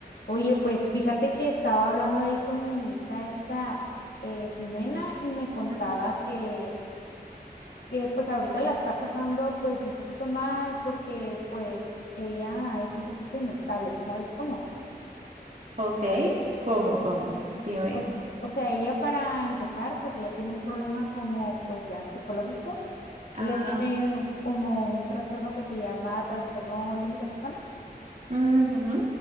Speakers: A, on the left (about 75°); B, on the right (about 50°).
A: Oye, pues fíjate que estaba hablando ahí con mi amiguita esta eh, Jimena y me contaba
B: Ujú.
A: que, que pues ahorita la está pasando pues un poquito mal porque pues ella es un poquito inestable, ¿sí sabes cómo?
B: Ok, ¿cómo, cómo? Dime.
A: O, s- o sea, ella para empezar pues ella tiene un problema como pues ya psicológico,
B: Ah,
A: ella tiene como un trastorno que se llama trastorno límite de persona.
B: ujú,